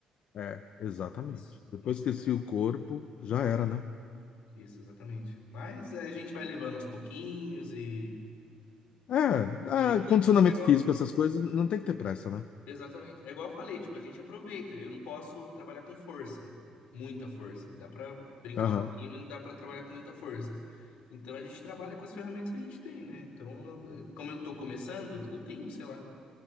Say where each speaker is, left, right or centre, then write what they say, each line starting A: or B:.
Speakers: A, on the left; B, on the left.
A: é, exatamente.
B: Mas,
A: Depois
B: nossa,
A: que esqueci o corpo, já era, né?
B: isso, exatamente. Mas é, a gente vai levando aos pouquinhos e.
A: É,
B: Na medida
A: é, condicionamento
B: que você igual.
A: físico, essas coisas, não tem que ter pressa, né?
B: Exatamente. É igual eu falei, tipo, a gente aproveita. Eu não posso trabalhar com força. Muita força. Dá pra brincar
A: Aham.
B: um pouquinho, mas não dá pra trabalhar com muita força. Então a gente trabalha com as ferramentas que a gente tem, né? Então, eu- como eu tô começando, eu tenho, sei lá.